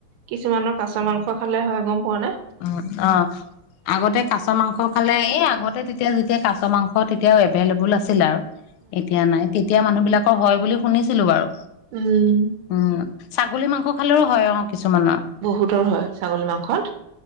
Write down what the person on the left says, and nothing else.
উ অ আগতে কাছ মাংস খালে এই আগতে তেতিয়া যেতিয়া কাছ কাছ মাংস তেতিয়াও এভেইলএভুল আছিল আৰু এতিয়া নাই তেতিয়া এতিয়া মানুহ বিলাকৰ হয় বুলি শুনিছিলো বাৰু
উম, ছাগলী মাংস খালেও হয় অ কিছুমানৰ